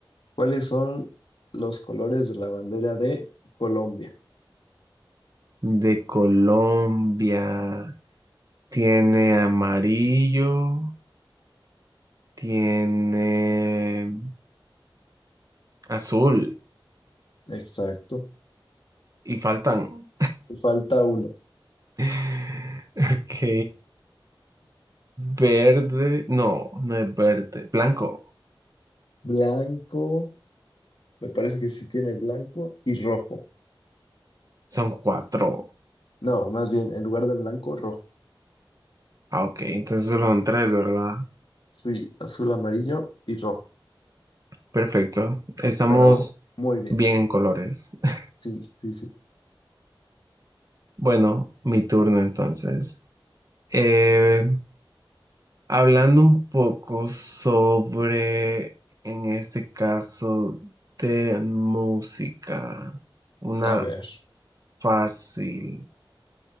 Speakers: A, on the left; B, on the right.
A: ¿Cuáles son los colores de la bandera de Colombia?
B: De Colombia tiene amarillo, tiene azul
A: Exacto.
B: y faltan.
A: Te falta uno.
B: <laughs> Ok, Verde, no, no es verde, blanco.
A: Blanco, me parece que sí tiene blanco y rojo.
B: Son cuatro.
A: No, más bien, en lugar de blanco, rojo.
B: Ah, ok, entonces solo son tres, ¿verdad?
A: Sí, azul, amarillo y rojo.
B: Perfecto. Estamos
A: Pero muy bien.
B: bien en colores. <laughs>
A: Sí, sí, sí.
B: Bueno, mi turno entonces. Eh, hablando un poco sobre, en este caso, de música, una
A: A ver,
B: fácil.